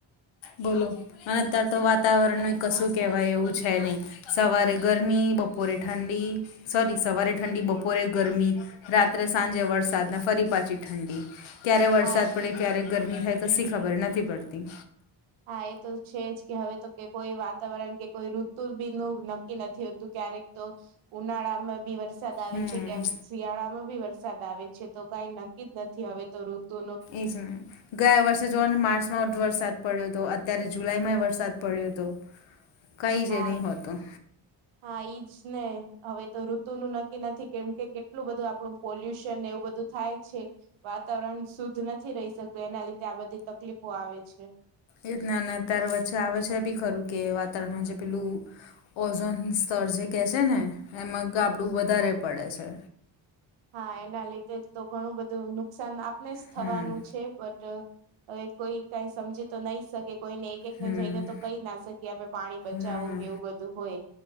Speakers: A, on the left (about 75°); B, on the right (about 80°).
A: બોલો અને અત્યારે તો વાતાવરણ ન કશું કેહેવાય એવું છે નહી સવારે ગરમી બપોરે ઠંડી સોરી સવારે ઠંડી બપોરે ગરમી રાત્રે સાંજે વરસાદને ફરી. પાછી ઠંડી ક્યારે વરસાદ
B: હા
A: પડે ક્યારે ગરમી થાય કશી ખબર નથી પડતી
B: હા એ તો છેજ કે હવે તો કોઈ વાતાવરણ કે કોઈ ઋતુ બી નું નક્કી નથી હોતું ક્યારેક તો ઉનાળામાંબી વરસાદ વરસાદ આવે
A: હમ
B: છે ક્યાંક શિયાળામાં ભી વરસાદ આવે છે તો કઈ નક્કી જ નથી હવે તો ઋતુ ન
A: એ છે. ગયા વર્ષે જોવાનું માર્ચમાં વરસાદ પડ્યો હતો અત્યારે જુલાઈમાં વરસાદ પડ્યો હતો. કઈ
B: હા
A: જે નહી હોતું.
B: હા એઈજ ને હવે તો ઋતનું નક્કી નથી કેમ કે કેટલું બધું આપણું પોલ્યુશન એવું બધું થાય છે. વાતાવરણ શુદ્ધ નથી રહી શકતો એના લીધે આ બધી તકલીફો આવે છે.
A: એજને અત્યારે વચ્ચે આવે છે એ બી ખરું કે વાતાવરણ જે પેલું ઓઝોન સ્તર જે કહે છે ને એમાં ગાબડું વધારે પડે છે.
B: હા એના લીધે તો ઘણું બધું નુકસાન આપને જ
A: હમ
B: થવાનું છે બટ હવે કોઈ કઈ સમજી તો નહી શકે કોઈને એક એક
A: હમ
B: ને જઈને તો કઈ જ ના શકીએ આપણે પાણી બચાવું
A: ના
B: કે એવું બધું હોય.